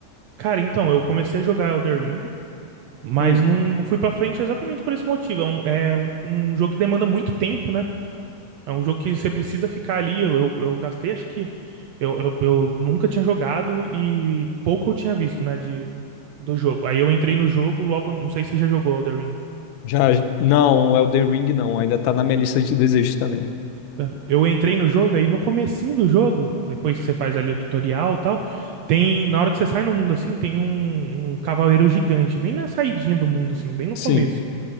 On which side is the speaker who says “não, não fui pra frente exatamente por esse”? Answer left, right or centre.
Right